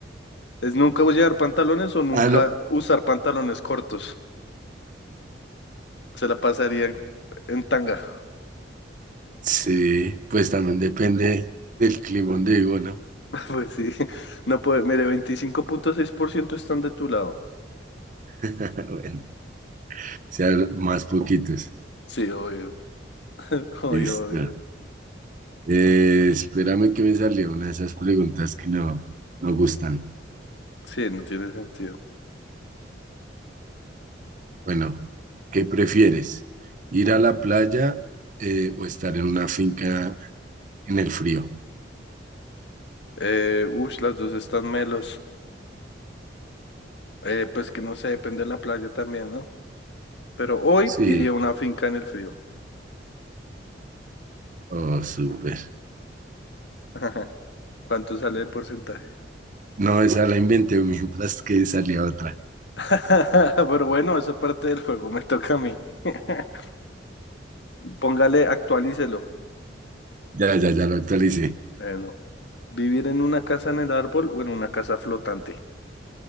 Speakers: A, on the left; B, on the right.
A: Es nunca llevar pantalones o nunca
B: Ah, no.
A: usar pantalones cortos. Se la pasarían en tanga. <laughs>
B: Sí, pues también depende del clima donde vivo, ¿no?
A: Pues sí. No puede. Mire, veinticinco punto seis por ciento están de tu lado.
B: <laughs> Bueno, sean más poquitos.
A: Sí, obvio. <laughs> Obvio,
B: Listo.
A: obvio.
B: Eh, espérame que me salió una de esas preguntas que no, no gustan.
A: Sí, no tiene sentido.
B: Bueno, ¿qué prefieres? ¿Ir a la playa eh, o estar en una finca en el frío?
A: Eh, ush, las dos están melos. Eh, pues que no sé, depende de la playa también, ¿no? Pero hoy
B: Sí,
A: iría a una finca en el frío.
B: oh, súper.
A: <laughs> ¿Cuánto sale el porcentaje?
B: No, esa la inventé <laughs> mientras que salía otra.
A: <laughs> Pero bueno, eso es parte del juego, me toca a mí. <laughs> Póngale, actualícelo.
B: Ya, ya, ya lo actualicé.
A: Bueno, vivir en una casa en el árbol o en una casa flotante.